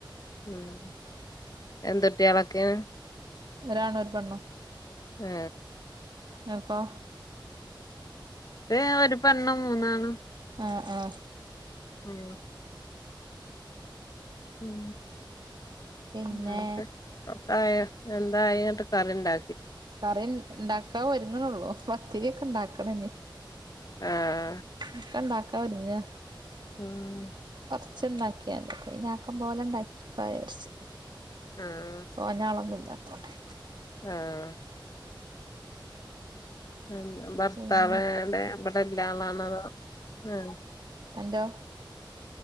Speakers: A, on the left (about 45°); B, on the right (about 60°).
A: ഉം എന്തുട്ടികളൊക്കെയാണ്.
B: ഒരാണ് ഒരു പെണ്ണും.
A: ഏ
B: ഇങ്ങക്കോ?
A: ഇവടെ ഒരു പെണ്ണും മൂന്നാണും.
B: ആ ആ
A: ഉം ഉം
B: പിന്നെ
A: ഉം അന്നിട്ട് ഒക്കായാ എന്താ ആയി എന്നിട്ട് കറീണ്ടാ
B: കറി ഇണ്ടാക്കാ ഒരുങ്ങണുള്ളൂ പത്തിരി ഒക്കെ ഉണ്ടാക്കണം ഇനി
A: ആഹ്
B: ഒക്കെ ഇണ്ടാക്കാൻ ഒരുങ്ങാ
A: ഉം
B: അച്ച ഉണ്ടാക്കിയാല് ഇനക്കം പോലെ ഉണ്ടാക്കാം വിചാരിച്ച്
A: ആഹ്
B: തോന്നളൊന്നും ഇല്ല ലത്തോട്ടെ
A: ആഹ് മ്മ് ഭർത്താവ്
B: പിന്നെ
A: എവടെ ഇവിടെ ഇള്ള ആളാണോ അതോ മ്മ്
B: എന്തോ